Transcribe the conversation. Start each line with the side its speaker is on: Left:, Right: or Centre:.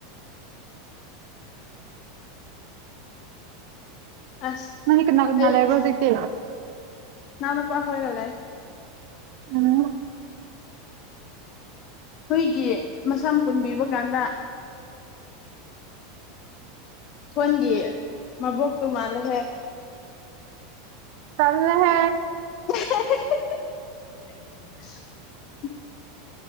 Left: ꯑꯁ
Right: ꯅꯪꯗꯤ ꯀꯅꯥ ꯀꯅꯥ
Left: ꯑꯩ
Right: ꯂꯩꯕ꯭ꯔꯣ ꯍꯧꯖꯤꯛꯇꯤ
Left: ꯏꯅꯥꯎꯅꯨꯄꯥꯈꯣꯏꯒ ꯂꯩ
Right: ꯎꯝ
Left: ꯍꯨꯏꯒꯤ ꯃꯁꯝ ꯄꯨꯟꯕꯤꯕ ꯀꯥꯟꯗ ꯊꯣꯟꯒꯤ ꯃꯕꯣꯛꯇꯨ ꯃꯥꯜꯂꯦ
Right: ꯇꯜꯂꯦꯍꯦ
Left: <inaudible>